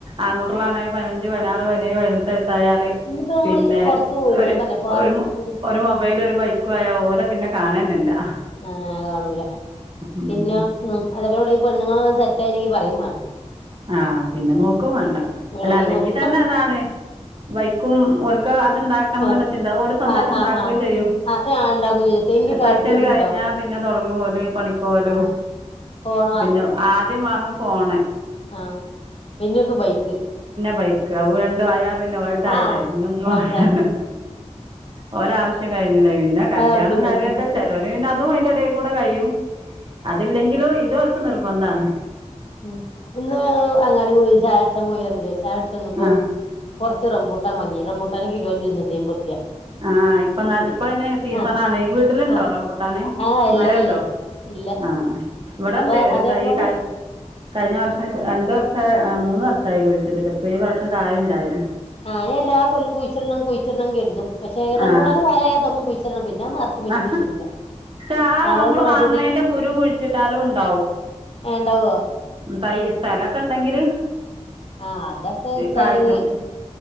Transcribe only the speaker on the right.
അങ്ങോ <unintelligible> പൈയഞ്ച് പയിനാറ് പൈനേട്ട് സായാല്‌
പിന്നെ
ഒര്
ഒരു
ഒരു മൊബൈല് ഒരു ബൈ ക്കുവായ ഓലെ പിന്നെ കാണ്ന്നെല്ല
ഉം
ആ പിന്നെ നോക്കും
വേണ്ട അല്ല അല്ലെങ്കിൽ
തന്നെ അതാണേ വൈക്കും ഓൽക്ക് അത്ണ്ടാക്കണം
എന്നുള്ള ചിന്ത ഓല് സ്വന്തമായിട്ട്
ണ്ടാ ക്കേംചെയ്യും
എസ്
എൽ സി
കഴിഞ്ഞ
പിന്നെ തുടങ്ങു ഓല് പണിക്ക് പോവലും
പിന്നെ ആദ്യം വാങ്ങും ഫോണ്
ബൈ കൗ രണ്ടും ആയാ പിന്നെ ഒലതായില്ലേ
പിന്നെ ഒന്നും <unintelligible>
ഓലെ ആവശ്യം കഴിഞ്ഞില്ലേ പിന്നെ കല്യാണം
കാര്യൊക്കെ ചെലോര് പിന്നെ അ തും അതിന്റെ എടെകൂടെ കഴിയും അതില്ലെങ്കിലോ ഇതോ ക്ക് നിർബന്ധാണ്
ആ
ആ ഇപ്പന്നാൽ ഇപ്പൊ പിന്നെ സീസണാന്നെ
വീട്ടിലുണ്ടോ
റംമ്പൂട്ടാന്
മരണ്ടോ
ആ ഇവിടെണ്ട്
ഒരു
തൈ കഴി കഴിഞ്ഞ വർഷ രണ്ട് വർഷ മൂന്ന് വർഷമായി കുഴിച്ചിട്ടിട്ട് ഇപ്പ ഈ വർഷം കായ്ണ്ടായിന്
ആ
ആ
ആ
നമ്മള് വാങ്ങണേന്റെ കുരു കുഴിച്ചിട്ടാലും ഉണ്ടാവും
തൈ സ്ഥലൊക്കെണ്ടെങ്കില്
കായ്ച്ചും